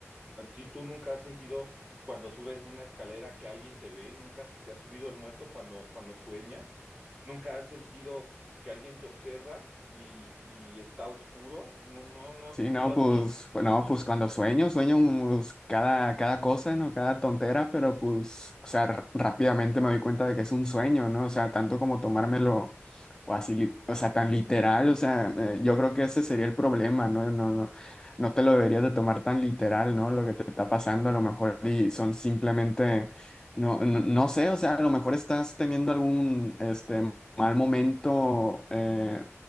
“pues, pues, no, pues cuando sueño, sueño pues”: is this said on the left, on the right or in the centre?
Left